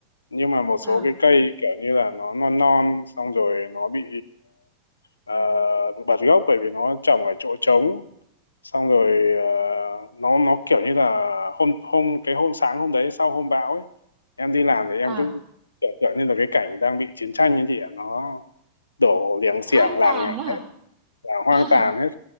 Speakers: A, on the left; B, on the right.
A: nhưng mà một số
B: à,
A: cái cây kiểu như là nó non non xong rồi nó bị ờ, ờ, bật gốc bởi vì nó trồng ở chỗ trống xong rồi ờ, nó nó kiểu như là hôm hôm cái hôm sáng hôm đấy sau hôm bão ấy em đi làm thì em
B: à,
A: cứ kiểu kiểu như là cái cảnh đang bị chiến tranh như chị ạ nó đổ liềng xiềng
B: hoang
A: làng
B: tàn
A: ngả
B: đó hả?
A: hết là hoang
B: <laughs>
A: tàn hết